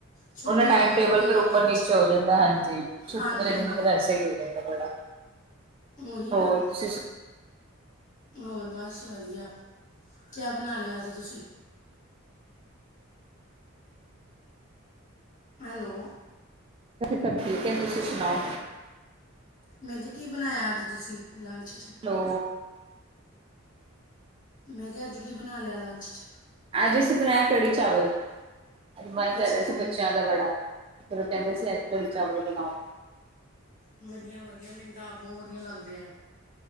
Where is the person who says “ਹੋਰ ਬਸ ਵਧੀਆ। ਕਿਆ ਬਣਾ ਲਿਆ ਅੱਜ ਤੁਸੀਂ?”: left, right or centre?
Left